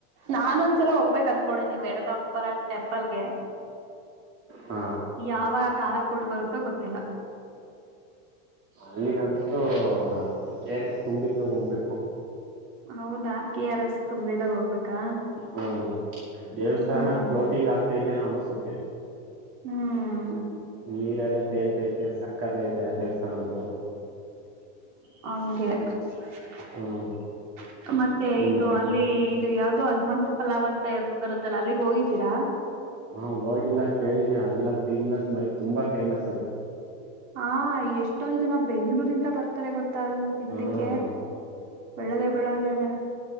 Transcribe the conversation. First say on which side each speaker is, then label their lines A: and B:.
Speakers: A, on the right; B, on the right.
A: ನಾನೊಂದ್ ಈಸಲ ಹೋಗ್ಬೇಕ್ ಅನ್ಕೊಂಡಿದೀನೀ ವೆಣುಗೋಪಾಲ ಟೆಂಪಲ್ಗೆ
B: ಹಾ
A: ಯಾವ ಕಾಲ ಕೂಡ್ ಬರುತ್ತೋ ಗೊತ್ತಿಲ್ಲ
B: ಅಲ್ಲಿಗಂತೂ ಕೆರ್ ಎಸ್ ತುಂಬಿದಾಗ್ ಹೋಗ್ಬೇಕು
A: ಹೌದ ಕೆ ಆರ್ ಎಸ್ ತುಂಬದಾಗ ಹೋಗ್ಬೇಕಾ
B: ಹ್ಮ ದೇವಸ್ಥಾನ
A: ಹ್ಮ್
B: ಫ್ಲೋಟಿಂಗ್ ಆ ತೈತೆನೋ ಅನಿಸುತ್ತೆ
A: ಹ್ಮ್
B: ನೀರೆಲ್ಲ ತೇಲ್ತೈತಿ ಸಕ್ಕತ್ ಆಗಿದೆ ಆ ದೇವಸ್ಥಾನ ಅಂತೂ
A: <unintelligible> ಹಂಗೆ <unintelligible>
B: ಹ್ಮ್
A: ಮತ್ತೆ
B: ಇನ್ನ
A: ಇದು ಅಲ್ಲಿ ಇದು ಯಾವ್ ಅದು ಹನುಮಂತ ಪಲಾವ್ ಅಂತ ಬರುತ್ತಲ್ಲ ಅಲ್ಲಿಗ್ ಹೋಗಿದೀರಾ
B: ಹಾ ಹೋಗಿಲ್ಲ ಕೇಳಿದೇನೆ ಅಲ್ಲಂತ ಇಲ್ಲಂತ ಮೈ ತುಂಬಾ ಫೇಮಸ್ ಅದು.
A: ಹಾ ಎಷ್ಟೊಂದ್ ಜನ ಬೆಂಗ್ಳೂರಿಂದ ಬರ್ತಾರೆ ಗೊತ್ತ ಅಲ್ ತಿನ್ಲಿಕ್ಕೆ
B: ಹ್ಮ
A: <unintelligible> ಬೆಳಗೆ ಬೆಳಗೆನೆ